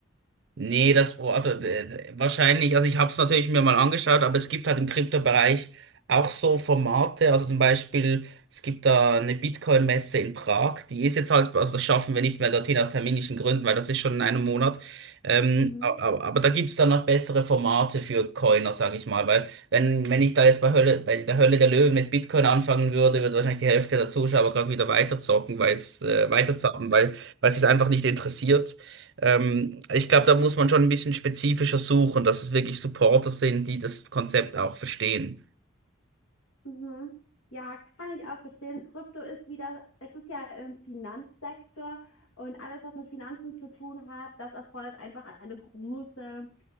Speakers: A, on the right (about 55°); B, on the left (about 80°).
A: Nee, das, Pro- also äh, wahrscheinlich, also ich habe es natürlich mir mal angeschaut, aber es gibt halt im Kryptobereich auch so Formate, also zum Beispiel, es gibt da eine Bitcoin-Messe in Prag, die ist jetzt halt, also das schaffen wir nicht mehr dorthin aus terminischen Gründen, weil das ist schon in einem Monat, ähm,
B: Mhm.
A: aber, aber da gibt's dann noch bessere Formate für Coiner, sage ich mal, weil wenn, wenn ich da jetzt bei Hölle, bei der Hölle der Löwen mit Bitcoin anfangen würde, würde wahrscheinlich die Hälfte der Zuschauer gerade wieder weiterzocken, weil es, äh, weiterzocken, weil, weil es sich einfach nicht interessiert. Ähm, ich glaube, da muss man schon ein bisschen spezifischer suchen, dass es wirklich Supporter sind, die das Konzept auch verstehen.
B: Mhm. Ja, kann ich auch verstehen. Krypto ist wieder, es ist ja im Finanzsektor und alles, was mit Finanzen zu tun hat, das erfordert einfach eine große,